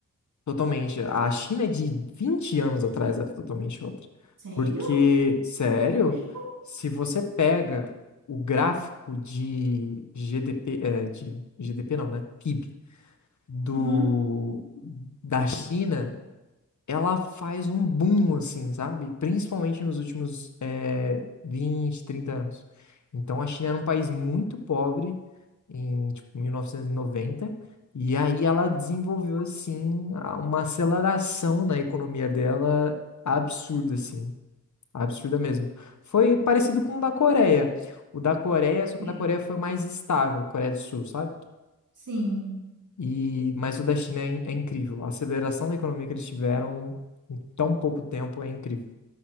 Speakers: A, on the left; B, on the right.
A: Totalmente. A China é de 20 anos atrás era totalmente outra.
B: Sério?
A: Porque, sério,
B: Há tão pouco tempo?
A: se você pega o gráfico de GDP, eh, de GDP não, né? PIB do,
B: Uhum.
A: da China ela faz um boom, assim, sabe? Principalmente nos últimos eh, 20, 30 anos. Então, a China era um país muito pobre em, tipo, 1990, e noventa, e aí ela desenvolveu, assim, a- uma aceleração na economia dela absurda, assim, absurda mesmo. Foi parecido com o da Coreia. O da Coreia, só que
B: É,
A: o da Coreia foi mais estável, Coreia do Sul, sabe?
B: Sim.
A: E, mas o da China é, in- é incrível. A aceleração da economia que eles tiveram em tão pouco tempo é incrível.